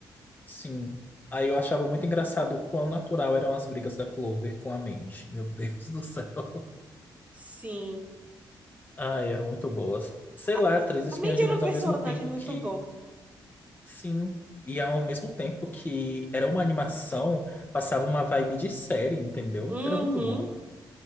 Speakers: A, on the left (about 20°); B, on the right (about 20°).
A: Sim. Aí eu achava muito engraçado o quão natural eram as brigas da Clover com a Mandy. Meu Deus do céu.
B: Sim.
A: Ai, eram muito boas. Sei
B: A,
A: lá, Três Espiãs
B: a Mandy
A: Demais
B: era um personagem
A: ao mesmo tempo
B: muito
A: que.
B: bom.
A: Sim. E ao mesmo tempo que era uma animação, passava uma vibe de série, entendeu?
B: Uhum.
A: Era muito bom.